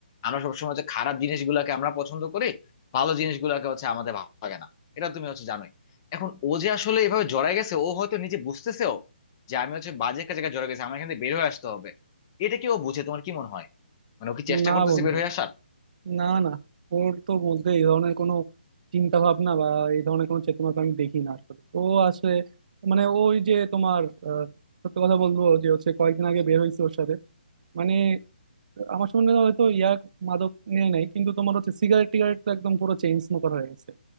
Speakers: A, on the left; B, on the right.
A: আমরা সবসময় হচ্ছে খারাপ জিনিসগুলোকে আমরা পছন্দ করি ভালো জিনিসগুলোকে হচ্ছে আমাদের ভালো লাগে না এটা তুমি হচ্ছে জানোই এখন ও যে আসলে এভাবে জড়ায় গেছে ও হয়তো নিজে বুঝতেছেও যে আমি হচ্ছে বাজে একটা জায়গায় জড়ায় গেছি আমার এখান থেকে বের হয়ে আসতে হবে এটা কি ও বুঝে তোমার কি মনে হয় মানে ও কি চেষ্টা
B: না
A: করতেছে
B: বন্ধু
A: বের হয়ে আসার
B: না না ওর তো মধ্যে এই ধরনের কোনো চিন্তা ভাবনা বা এই ধরনের কোনো চেতনা তো আমি দেখি না আসলে ও আছে মানে ওই যে তোমার আহ, সত্যি কথা বলবো যে হচ্ছে কয়েকদিন আগে বের হয়েছে ওর সাথে মানে আমার সঙ্গে হয়তো ইয়াক মাদক নিয়ে নাই কিন্তু তোমার হচ্ছে সিগারেট টিগারেট তো একদম পুরো চেইন স্মোকার হয়ে গেছে